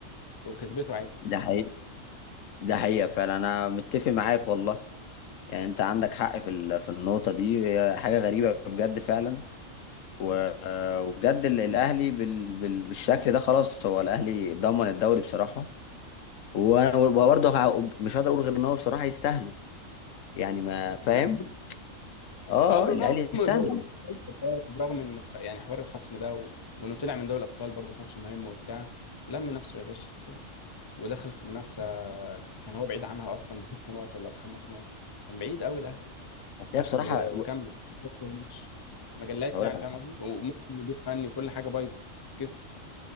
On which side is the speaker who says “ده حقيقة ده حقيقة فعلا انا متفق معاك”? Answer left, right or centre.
Left